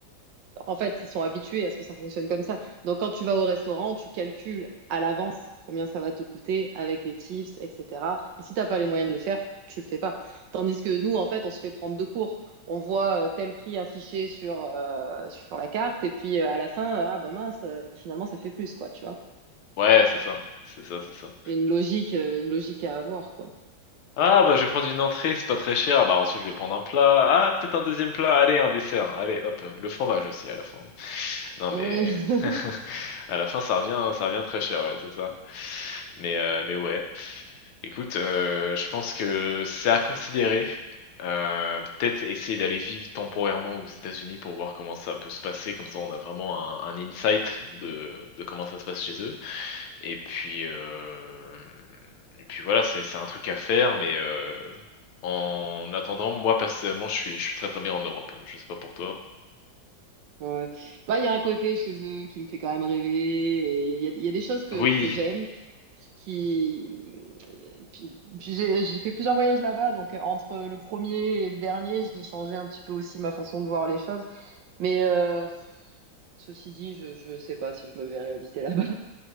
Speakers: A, on the right; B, on the left.
A: En fait, ils sont habitués à ce que ça fonctionne comme ça. Donc, quand tu vas au restaurant, tu calcules à l'avance combien ça va te coûter avec les tips, etc. Et si t'as pas les moyens de le faire, tu le fais pas. Tandis que nous, en fait, on se fait prendre de court. On voit euh, tel prix affiché sur, euh, sur la carte, et puis euh, à la fin, euh, ah ben mince, euh, finalement, ça fait plus, quoi, tu vois.
B: Ouais, c'est ça, c'est ça, c'est ça.
A: Il Une logique, euh, une logique à avoir, quoi.
B: Ah bah je vais prendre une entrée, c'est pas très cher. Ah, Bah ensuite je vais prendre un plat. Ah peut-être un deuxième plat. Allez un dessert. Allez hop le fromage aussi à la fin. Non
A: Ouais.
B: mais
A: <laughs>
B: <laughs> à la fin ça revient, ça revient très cher ouais c'est ça. Mais euh, mais ouais. Écoute, euh, je pense que c'est à considérer. Euh, peut-être essayer d'aller vivre temporairement aux États-Unis pour voir comment ça peut se passer. Comme ça on a vraiment un, un insight de de comment ça se passe chez eux. Et puis, euh, et puis voilà, c'est c'est un truc à faire, mais euh, en attendant, moi personnellement, je suis, je suis très très bien en Europe. hein. Je sais pas pour toi.
A: Ouais. Bah, il y a un côté chez eux qui me fait quand même rêver. et Il y a, il y a- il y a des choses que,
B: Oui,
A: que j'aime. Qui... Puis, puis j'ai j'ai fait plusieurs voyages là-bas. Donc, entre le premier et le dernier, j'ai changé un petit peu aussi ma façon de voir les choses. Mais euh, ceci dit, je, je sais pas si je me verrai habiter là-bas.